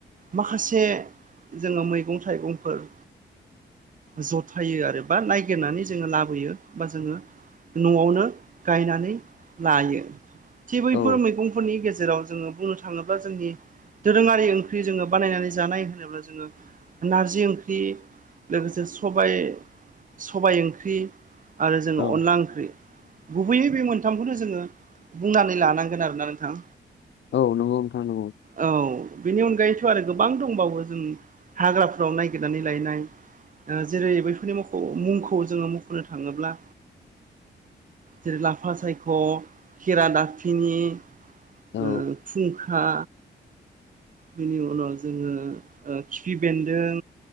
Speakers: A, on the right (about 45°); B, on the left (about 75°).
A: माखासे जोङो मैगं थाइगंफोर जथायो आरो बा नायगिरनानै जोङो लाबोयो बा जोङो न'आवनो गायनानै लायो। थि बैफोर
B: औ
A: मैगंफोरनि गेजेराव जोङो बुंनो थाङोब्ला जोंनि दोरोङारि ओंख्रि जोङो बानायनानै जानाय होनोब्ला जोङो नारजि ओंख्रि लोगोसे सबाइ सबाय ओंख्रि आरो जोङो
B: औ
A: अनला ओंख्रि गुबैयै बे मोनथामखौनो जोङो बुंनानै लानांगोन आरोना नोंथां।
B: औ नंगौ नोंथां नंगौ।
A: औ बेनि अनगायैथ' आरो गोबां दंबावो जों हाग्राफोराव नागिरनानै लायनाय ओ जेरै बैफोरनि म मुंखौ जोङो मख'नो थाङोब्ला जेरै लाफा सायख' खेरा दाफिनि ओ
B: औ
A: फुंखा बेनि उनाव जोङो ओ खिफि बेन्दों